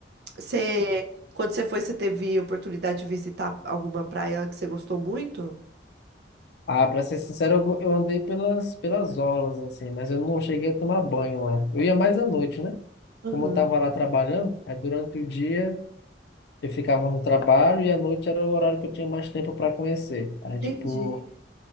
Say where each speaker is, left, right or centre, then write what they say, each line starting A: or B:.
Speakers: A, on the right; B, on the left.
A: Você, quando você foi, você teve oportunidade de visitar alguma praia que você gostou muito?
B: Ah, pra ser sincero, eu go- eu andei pelas, pelas orlas, assim, mas eu não cheguei a tomar banho lá. Eu ia mais à noite, né?
A: Aham,
B: como eu estava lá trabalhando, aí durante o dia eu ficava no trabalho e à noite era o horário que eu tinha mais tempo para conhecer. Aí, tipo,
A: entendi.